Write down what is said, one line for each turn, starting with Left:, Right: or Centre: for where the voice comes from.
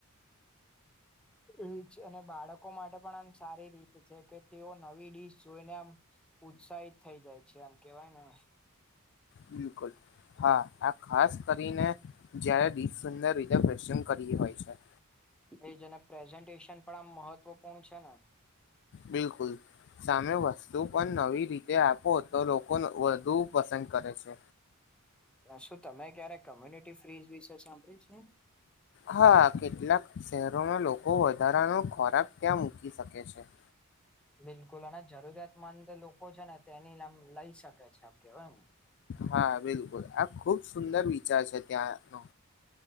Centre: એજ અને બાળકો માટે પણ આમ સારી રીત છે કે તેઓ નવી ડીશ જોઈને આમ ઉત્સાહિત થઈ જાય છે. એમ કેવાય ને
Left: બિલકુલ. હા આ ખાસ કરીને જયારે દિશ સુંદર રીતે પ્રસન કરી હોય છે.
Centre: એજ ને પ્રેઝન્ટેશન પણ આમ મહત્વપૂર્ણ છે ને?
Left: બિલકુલ. સામે વસ્તુ પણ નવી રીતે આપો તો લોકોન વધુ પસંદ કરે છે.
Centre: શું તમે ક્યારે કોમ્યુનિટી ફ્રીઝ વિશે સાંભળીયુ છે?
Left: હા કેટલાક શહેરોમાં લોકો વધારાનો ખોરાક ત્યાં મૂકી શકે છે.
Centre: બિલકુલ અને જરૂરિયાતમંદ લોકો છે ને તેની લમ લઈ શકે છે, કેવાયને.
Left: હા બિલકુલ, આ ખુબ સુંદર વિચાર છે ત્યાંનો.